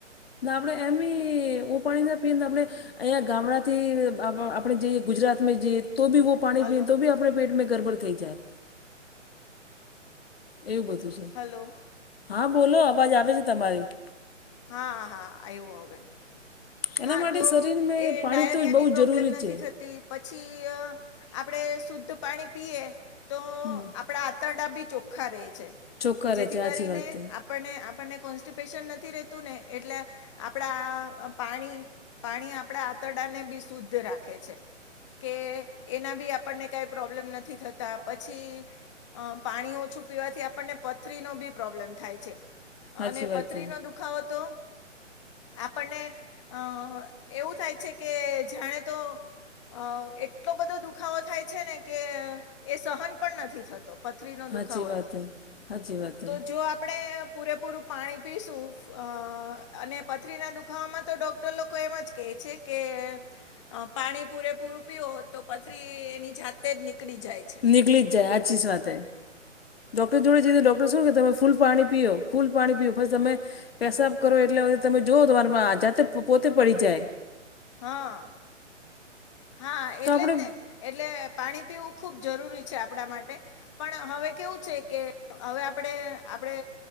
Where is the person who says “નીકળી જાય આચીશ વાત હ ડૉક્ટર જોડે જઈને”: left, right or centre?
Left